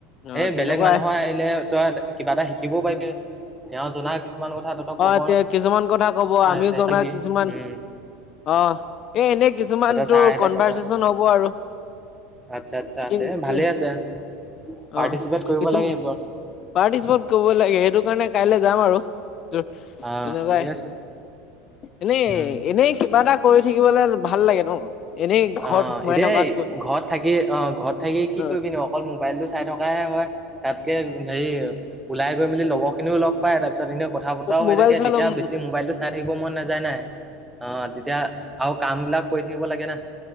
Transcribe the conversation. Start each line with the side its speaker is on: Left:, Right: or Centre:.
Left: অ
Centre: এই
Left: তেনেকুৱাই
Centre: বেলেগ মানুহৰ আহিলে। তই কিবা এটা শিকিবও পাৰিবি তেওঁ জনা কিছুমান কথা তহঁতক
Left: অ,
Centre: ক'ব
Left: এতিয়া কিছুমান কথা কব
Centre: নোৱাৰে,
Left: আমিও জনা কিছুমান
Centre: উম,
Left: অ এ এনেই কিছুমান
Centre: তহঁতৰ
Left: তোৰ
Centre: ছাৰহঁতে
Left: কনভাৰ্চচন
Centre: ক'ব।
Left: হব আৰু
Centre: আচ্ছা আচ্ছা
Left: কি,
Centre: তে
Left: কি
Centre: ভালে পাৰ্টিচিপেট
Left: অ
Centre: কৰিব
Left: কিছু
Centre: লাগে সেইবোৰত।
Left: পাৰ্টিচিপেট কৰিব লাগে, সেইটো কাৰণে কাইলে যাম আৰু তেনেকুৱাই
Centre: অ ঠিকে আছে
Left: এনেই,
Centre: উম,
Left: এনেই কিবা এটা কৰি থাকিবলৈ ভাল লাগে ন, এনেই ঘৰত
Centre: অ
Left: সোমাই
Centre: এতিয়া
Left: থকাতকৈ
Centre: এই ঘৰত থাকি অ ঘৰত থাকি কি
Left: অ
Centre: কৰিবি ন, অকল মোবাইলটো চাই থকে হয়। তাতকে হেৰি ওলাই গৈ মেলি লগৰ খিনিও লগ পায় তাৰপিছত এনে কথা বতৰাও হৈ
Left: মোবাইল
Centre: থাকে,
Left: চাই
Centre: তেতিয়া
Left: লম
Centre: বেছি মোবাইলটো চাই থাকিব মন নাযায় নাই অ তেতিয়া আৰু কামবিলাক কৰি থাকিব লাগে। না